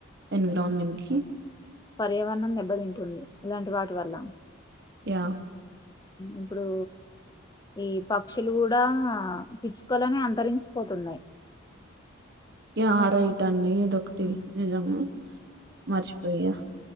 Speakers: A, on the right; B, on the left.
A: ఎన్విరాన్మెంట్ కి
B: పర్యావరణం దెబ్బ తింటుంది ఇలాంటి వాటి వల్ల
A: యా
B: ఇప్పుడు ఈ పక్షులు కూడా పిచ్చుకోవాలని అంతరించ పోతున్నాయి.
A: ఇ ఆరైట అన్ని ఇదొ ఒకటి
B: ఉమ్
A: నిజము మర్చిపోయా